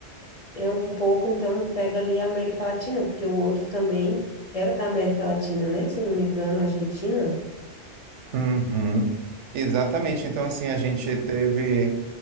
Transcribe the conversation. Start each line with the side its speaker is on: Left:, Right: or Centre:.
Left: é um pouco, então pega ali a América Latina, porque o outro também era da América Latina, né? Se eu não me engano, Argentina.
Right: Uhum. Exatamente. Então, assim, a gente teve.